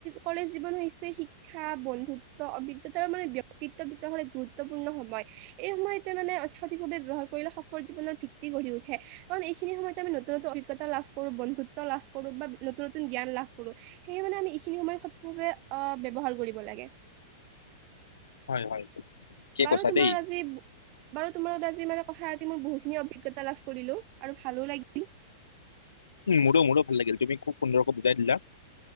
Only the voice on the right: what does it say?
কলেজ জীৱন হৈছে শিক্ষা, বন্ধুত্ব, অভিজ্ঞতাৰ মানে ব্যক্তিত্ব বিকাশৰ এক গুৰুত্বপূৰ্ণ সময়। এই সময়তে মানে সঠিকভাৱে ব্যবহাৰ কৰিলে সফল জীৱনৰ ভিত্তি গঢ়ি উঠে। কাৰণ এইখিনি সময়ত আমি নতুন নতুন অভিজ্ঞতা লাভ কৰো, বন্ধুত্ব লাভ কৰো বা নতুন নতুন জ্ঞান লাভ কৰোঁ। সেয়ে মানে আমি এইখিনি সময় সঠিকভাৱে আহ ব্যবহাৰ কৰিব লাগে।
বাৰু
তোমাৰ
আজি বাৰু তোমাৰ লগত আজি মানে কথা পাতি মোৰ বহুতখিনি অভিজ্ঞতা লাভ কৰিলো আৰু ভালো লাগিল।